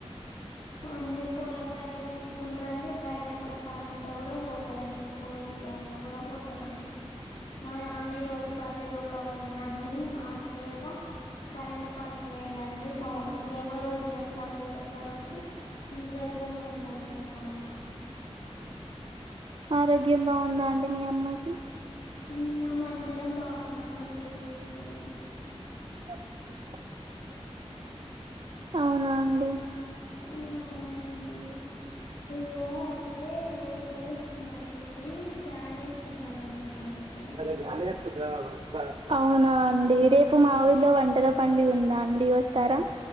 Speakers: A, on the left; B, on the right.
A: అంటే పొలం దగ్గర చూసుకుంటారండి బయట ఏమన్నా పని ఉంటే కూడా పోతారండి కూలికి అలా కూడా పోతారండి మా నాన్న ఈ రోజు పత్తితొక్కేకి పోయిండండి మా అన్నయ్య ఏమో కరెంట్ పనికి పోయిండండి మా మమ్మకి ఏమో రోజు ఏ పని లేకపోయే వరకి ఇంటి దగ్గరనే ఉందండి మా అమ్మ
B: ఆరోగ్యం బాగుందా అండి మీ అమ్మకి
A: హ్మ్ మేం అందరం బాగున్నామండి ఇప్పుడు
B: <unintelligible> అవునా అండి
A: ఆ అవునండి ఇగో అయితే ఉడక పోస్తుంది అనేసి ఫ్యాన్ వేస్ వేసుకున్నానండి నేనయితే
B: <unintelligible> అవునా అండి రేపు మా ఊరిలో వంటల పండుగా ఉందా అండి వస్తారా